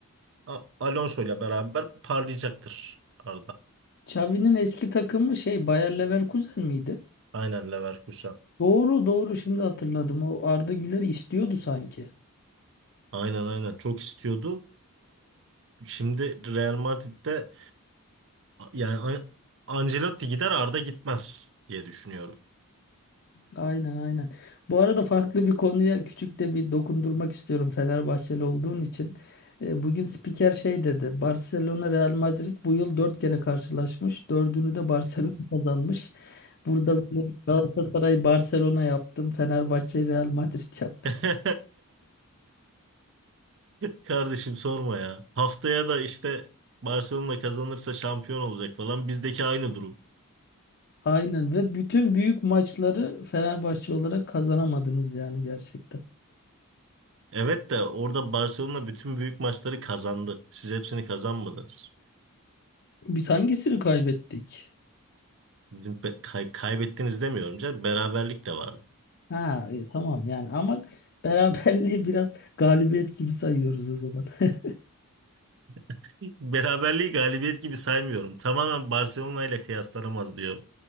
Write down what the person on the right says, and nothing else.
A- Alonso ile beraber parlayacaktır Arda.
Aynen Leverkusen.
Aynen aynen çok istiyordu. Ee, şimdi Real Madrid'de yani An- Ancelotti gider Arda gitmez diye düşünüyorum.
<laughs> Kardeşim sorma ya. Haftaya da işte Barcelona kazanırsa şampiyon olacak falan. Bizdeki aynı durum.
Evet de orada Barcelona bütün büyük maçları kazandı. Siz hepsini kazanmadınız.
Bizim pe- kay- kaybettiniz demiyorum canım. Beraberlik de vardı.
<laughs> Beraberliği galibiyet gibi saymıyorum. Tamamen Barcelona ile kıyaslanamaz diyor.